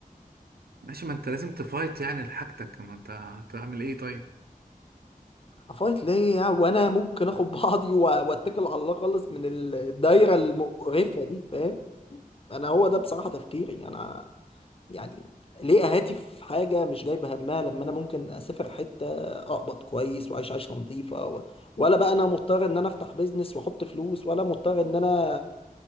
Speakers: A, on the right (about 85°); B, on the left (about 40°).
A: ماشي ما انت لازم تفايت يعني لحاجتك ما انت هتعمل ايه طيب
B: افايت ليه يا- وانا ممكن اخد بعضي و- واتكل على الله خالص من ال- الدايره المقرفه دي فاهم انا هو ده بصراحه تفكيري انا يعني ليه اهاتي في حاجه مش جايبه همها لما انا ممكن اسافر حته اقبض كويس واعيش عيشه نظيفه و... ولا بقى انا مضطر ان انا افتح بيزنس واحط فلوس ولا مضطر ان انا